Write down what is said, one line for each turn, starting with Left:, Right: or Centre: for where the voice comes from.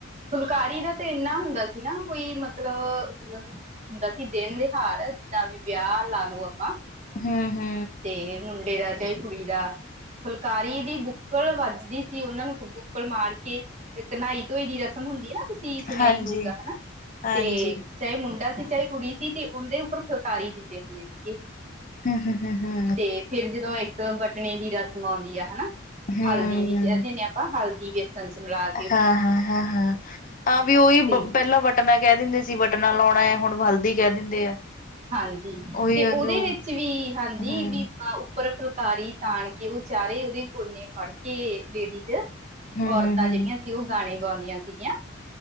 Right: ਫੁਲਕਾਰੀ ਦਾ ਤੇ ਇੰਨਾ ਹੁੰਦਾ ਸੀ। ਨਾ ਕੋਈ ਮਤਲਬ ਹੁੰਦਾ ਸੀ। ਦਿਨ ਤਿਉਹਾਰ ਜਿੱਦਾਂ ਵੀ ਵਿਆਹ ਲਾ ਲੋ ਆਪਾਂ।
Left: ਹਮ ਹਮ
Right: ਤੇ ਮੁੰਡੇ ਦਾ ਤੇ ਕੁੜੀ ਦਾ ਫੁਲਕਾਰੀ ਦੀ ਬੁੱਕਲ ਵੱਜਦੀ ਸੀ। ਉਹਨਾਂ ਨੂੰ ਬੁੱਕਲ ਮਾਰ ਕੇ ਘਨਾਈ ਧੋਈ ਦੀ ਰਸਮ ਹੁੰਦੀ ਹੈ ਨਾ ਤੀ ਸੁਣਿਆ
Left: ਹਾਂਜੀ
Right: ਹੀ ਹੋਊਗਾ ਹਨਾ
Left: ਹਾਂਜੀ
Right: ਤੇ ਚਾਹੇ ਮੁੰਡਾ ਸੀ ਚਾਹੇ ਕੁੜੀ ਸੀ ਤੇ ਉਹਦੇ ਉੱਪਰ ਫੁਲਕਾਰੀ ਦਿੰਦੇ ਹੁੰਦੇ ਸੀਗੇ।
Left: ਹਮ- ਹਮ- ਹਮ- ਹਮ
Right: ਤੇ ਫੇਰ ਜਦੋਂ ਇੱਕ ਬਟਣੇ ਦੀ ਰਸਮ ਆਉਂਦੀ ਆ ਹਨਾ
Left: ਹੂੰ,
Right: ਹਲਦੀ
Left: ਹਾਂ-ਹਾਂ-ਹਾਂ-ਹਾਂ।
Right: ਦੀ ਕਹਿ ਦਿੰਦੇ ਆਪਾਂ ਹਲਦੀ ਵ <unintelligible>
Left: ਹਾਂ- ਹਾਂ- ਹਾਂ- ਹਾਂ ਆਹ ਵੀ ਉਹੀ
Right: ਤੇ
Left: ਪਹਿਲਾਂ ਵਟ ਪਹਿਲਾਂ ਕਹਿ ਦਿੰਦੇ ਸੀ। ਬਟਨਾ ਲਾਉਣਾ ਏ, ਹੁਣ ਹਲਦੀ ਕਹਿ ਦਿੰਦੇ ਆ
Right: ਹਾਂਜੀ
Left: ਉਹੀ
Right: ਤੇ
Left: ਉਹਨੂੰ
Right: ਉਹਦੇ ਵਿੱਚ ਵੀ ਹਾਂਜੀ
Left: ਹੂੰ,
Right: ਵੀ ਉੱਪਰ ਫੁਲਕਾਰੀ ਤਾਣ ਕੇ ਉਹ ਚਾਰੇ ਉਹਦੇ ਕੋਨੇ ਫੜ ਕੇ ਲੇਡੀਜ਼
Left: ਹੂੰ-ਹੂੰ-ਹੂੰ।
Right: ਔਰਤਾਂ ਜਿਹੜੀਆਂ ਸੀ ਉਹ ਗਾਣੇ ਗਾਉਂਦੀਆਂ ਸੀਗੀਆਂ।